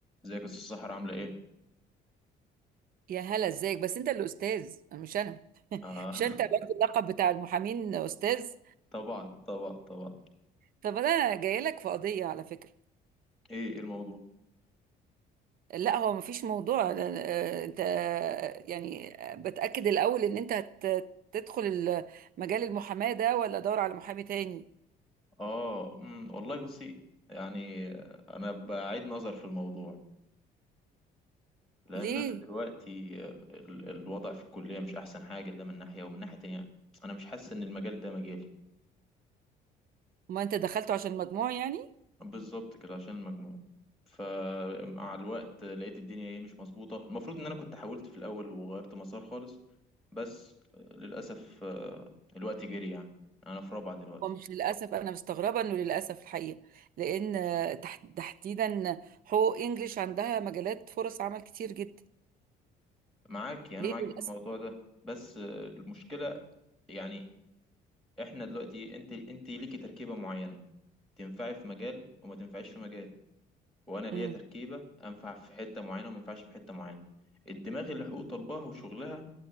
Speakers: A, in the centre; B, on the right.
A: ازيك يا استاذ سحر عامله ايه
B: يا هلا ازيك بس انت اللي استاذ مش انا
A: آه
B: مش انت برضه اللقب بتاع المحامين استاذ
A: <laughs> طبعا طبعا طبعا
B: طب انا جاي لك في قضيه على فكره
A: ايه ايه الموضوع
B: لا هو مفيش موضوع لا- آه، انت آه، يعني آه، بتاكد الاول ان انت هت- تدخل ال- مجال المحاماه ده ولا دور على محامي تاني
A: اه امم والله بصي يعني آه، انا بعيد نظر في الموضوع لان
B: ليه
A: انا دلوقتي آه، ال- الوضع في الكليه مش احسن حاجه ده من ناحيه ومن ناحيه تانية انا مش حاسس ان المجال ده مجالي
B: ما انت دخلته عشان مجموع يعني
A: بالظبط كده عشان المجموع فمع الوقت لقيت الدنيا ايه مش مظبوطه المفروض ان انا كنت حاولت في الاول وغيرت مسار خالص بس آه، للاسف آه، الوقت جري يعني انا في رابعه دلوقتي
B: ومش للاسف انا مستغربه انه للاسف الحقيقه لان آه، تح- تحديدا حقوق انجليش عندها مجالات فرص عمل كتير جدا
A: معاكي
B: ليه
A: انا معاكي
B: للاسف
A: في الموضوع ده بس آه، المشكله يعني احنا دلوقتي انت انت ليكي تركيبه معينه تنفعي في مجال وما تنفعيش في مجال وانا ليا
B: مم.
A: تركيبه انفع في حته معينه وما ينفعش في حته معينه الدماغ اللي حقوق طلبها وشغلها